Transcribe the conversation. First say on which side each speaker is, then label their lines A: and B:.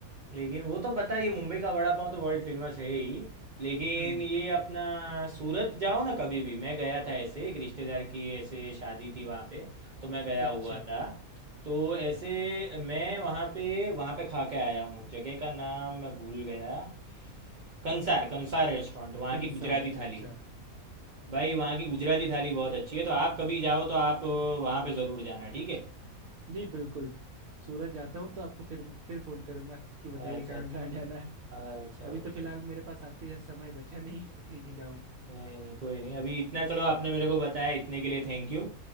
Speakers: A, on the right; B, on the right.
A: लेकिन वो तो पता ही है, मुंबई का वड़ा पाव तो वर्ल्ड फेमस है ही लेकिन
B: हम्म
A: ये अपना सूरत जाओ ना कभी भी मैं गया था ऐसे एक रिश्तेदार की ऐसे शादी थी वहाँ पे तो मैं गया
B: अच्छा
A: हुआ था तो ऐसे मैं वहाँ पे वहाँ पे खा के आया हूँ जगह का नाम मैं भूल गया कंसार कंसार रेस्टोरेंट वहाँ
B: कंसार
A: की गुजराती थाली
B: अच्छा
A: भाई वहाँ की गुजराती थाली बहुत अच्छी है तो आप कभी जाओ तो आप वहाँ पे ज़रूर जाना ठीक
B: जी बिल्कुल सूरत जाता हूँ तो आपको फिर फिर
A: है
B: फोन करूंगा कि बताइए
A: अच्छा
B: कहाँ
A: अच्छा
B: कहाँ जाना है
A: अच्छा
B: अभी
A: ओके
B: तो फिलहाल
A: ओके
B: मेरे पास आपके जैसा समय बचा नहीं है कहीं जाऊँ
A: नहीं नहीं कोई नहीं अभी इतना चलो आपने मेरे को बताया इतने के लिए थैंक यू